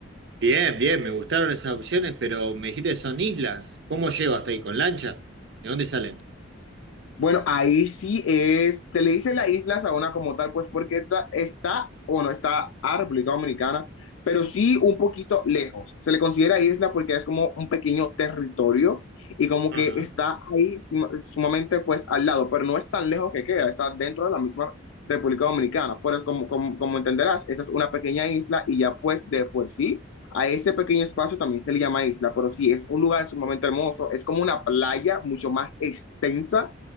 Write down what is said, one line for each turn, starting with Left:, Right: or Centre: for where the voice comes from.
Right: bien, bien, me gustaron esas opciones, pero me dijiste que son islas, ¿cómo llego hasta ahí? ¿Con lancha? ¿De dónde salen?
Left: Bueno, ahí sí es, se le dice la isla Saona como tal, pues porque está, está bueno, está a República Dominicana, pero sí un poquito lejos. Se le considera isla porque es como un pequeño territorio y como
Right: Ajá.
Left: que está ahí suma- sumamente pues al lado, pero no es tan lejos que queda, está dentro de la misma República Dominicana. Pero es como, como, como entenderás, esa es una pequeña isla y ya pues de por sí a ese pequeño espacio también se le llama isla, pero sí es un lugar sumamente hermoso, es como una playa mucho más extensa